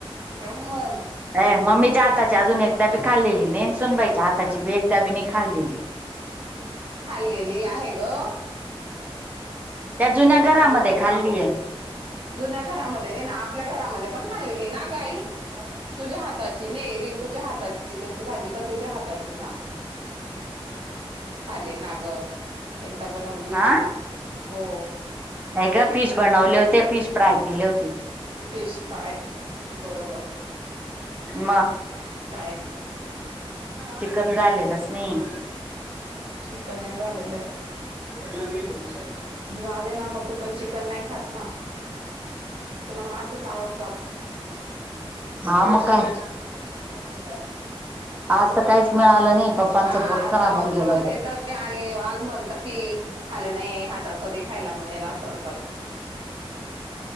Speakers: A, on the right; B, on the right.
A: मग
B: ह मम्मीच्या आाताची अजून एकदा बी खाल्लेली नाही सुूनबायच्या आाताची बी एकदा बी नाही खाल्लेली
A: हल्लीली आहे ग
B: त्या जुन्या
A: काय
B: घरामध्ये
A: पण नको
B: खाल्लीय
A: सांगो जुन्या घरामध्ये नाही ना आपल्या घरामध्ये पण खाल्लेली ना गाई तुझ्या हाताची नाही रिंकूच्या हाताची चिकन ची भाजी का तुझ्या हाताची ना खली नाग एकदा बनवली होती
B: हा
A: ना हो
B: नाही ग पीस बनवले होते पीस फ्राय केले होते
A: फिश फाय बरोबर.
B: म
A: काही नाही
B: चिकन झालेलंच नाही.
A: शिकन्य झालेलं आहे.
B: पहिलं मी बोलू शकतो.
A: जाऊ दे ना मग तू पण चिकन नाही खात ना? तुला मासेच आवडतात.
B: हा मग काय.
A: ह <unintelligible>
B: आज. काहीच मिळालं नाही पप्पांचं
A: हा
B: पोट
A: अ
B: खराब
A: धावत
B: होऊन गेलं
A: पळत येतात.
B: तर
A: आणि आज म्हणतात की खालं नाही हातात कधी खायला मिळाळेला सरतात.